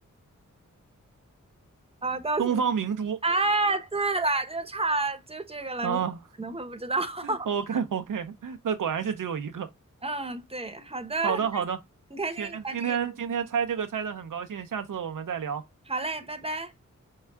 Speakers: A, on the right; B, on the right.
A: 啊，告诉你，
B: 东方明珠
A: 啊，对了，就差就这个了，
B: 啊。
A: 你可能会不知道。<laughs>
B: OK OK，<laughs> OK，那果然是只有一个。
A: 嗯，对，好的，
B: 好的好的，
A: 很开心，
B: 行，
A: 很开心跟你玩这个
B: 今天今天猜这个猜的很高兴，下次我们再聊。
A: 好嘞，拜拜。